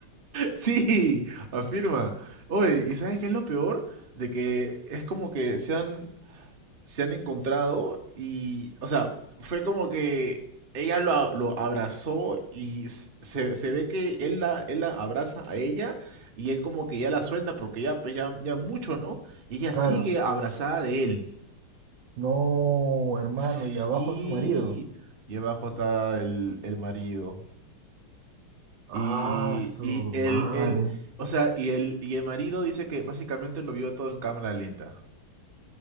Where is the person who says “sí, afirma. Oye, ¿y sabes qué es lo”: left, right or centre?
Right